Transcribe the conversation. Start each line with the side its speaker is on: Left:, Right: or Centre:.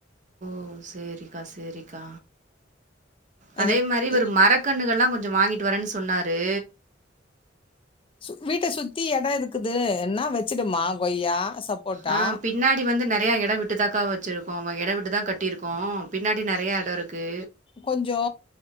Right: ஓ சேரிக்கா சேரிக்கா அதே
Left: இந்த
Right: மாரி
Left: இத்-
Right: ஒரு மரக் கண்ணுகல்லா கொஞ்சோ வாங்கிட்டு வரன் சொன்னாரு
Left: சு வீட்ட சுத்தி எடோ இருக்குது என்னா வச்சிடுமா கொய்யா சப்போட்டா
Right: ஆ பின்னாடி வந்து நறையா எட விட்டுதாக்கா வச்சிருக்கோ ஆமா எட விட்டுதா கட் டிருக்கோ பின்னாடி நறையா எடோ இருக்கு
Left: கொஞ்சோ